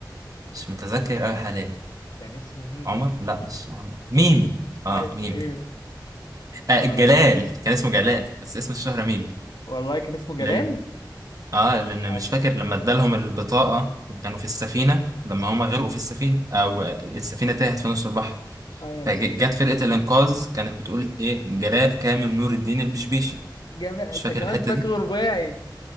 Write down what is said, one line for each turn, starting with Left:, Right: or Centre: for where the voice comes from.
Right: مش متذكر قوي حاليا
Left: كان اسمه ميمي
Right: عمر لا مش عمر ميمي اه
Left: ايوه
Right: ميمي
Left: ايوه
Right: آه
Left: اه
Right: جلال كان اسمه جلال بس اسم الشهرة ميمي
Left: والله كان اسمه جلال
Right: لأن اه لأن
Left: ايوه
Right: مش فاكر لما ادالهم البطاقة وكانوا في السفينة لما هما غرقوا في السفينة أو السفينة تاهت في نص البحر
Left: ايوه
Right: فجت فرقة الإنقاذ كانت بتقول إيه جلال كامل نور الدين البشبيشي
Left: جمال انت
Right: مش فاكر
Left: كمان
Right: الحتة
Left: فاكره
Right: دي
Left: رباعي